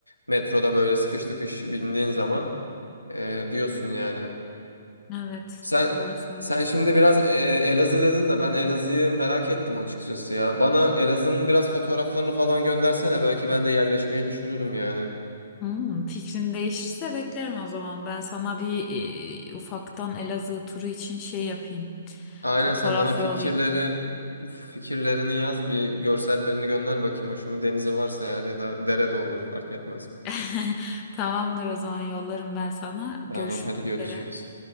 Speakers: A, on the left (about 85°); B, on the left (about 25°).
A: metroda böyle sıkış tıkış bindiğin zaman e, diyorsun yani.
B: Evet,
A: Sen
B: doğru söylüyorsun.
A: sen şimdi biraz e, Elazığ dedin de ben Elazığ'ı merak ettim açıkçası ya. Bana Elazığ'ın biraz fotoğraflarını falan göndersene. Belki ben de yerleşmeyi düşünürüm yani.
B: Hmm, fikrin değişirse beklerim o zaman. Ben sana bir e, ufaktan Elazığ turu için şey yapayım.
A: Aynen
B: Fotoğraf
A: sen bana fikirleri
B: yollayayım.
A: fikirlerini yaz bir görsellerini gönder bakayım. Hoşuma denizi varsa eğer ya da dere de olur fark etmez.
B: <laughs> Tamamdır o zaman yollarım ben sana. Görüşmek
A: Tamam hadi görüşürüz.
B: üzere.